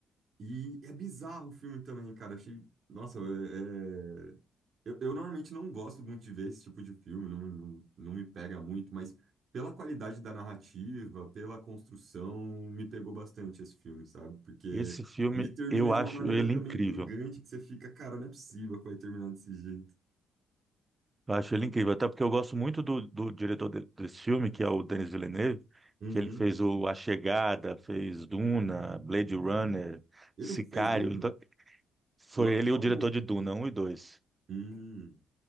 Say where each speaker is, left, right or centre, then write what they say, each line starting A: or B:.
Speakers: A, on the right; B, on the right.
A: E é bizarro o filme também, cara. Achei. Nossa, é... é- Eu, eu normalmente não gosto muito de ver esse tipo de filme, não, não, não me pega muito, mas pela qualidade da narrativa, pela construção, me pegou bastante esse filme, sabe? Porque
B: Esse filme
A: ele termina
B: eu
A: de
B: acho
A: uma maneira
B: ele
A: também
B: incrível.
A: intrigante que você fica, cara, não é possível que vai terminar desse jeito.
B: Eu acho ele incrível, até porque eu gosto muito do, do diretor de- desse filme, que é o Denis Villeneuve,
A: Uhum.
B: que ele fez o A Chegada, fez Duna, Blade Runner,
A: Ele
B: Sicário.
A: fez Duna?
B: Então, foi
A: O atual.
B: ele o diretor de Duna um e 2.
A: Hum.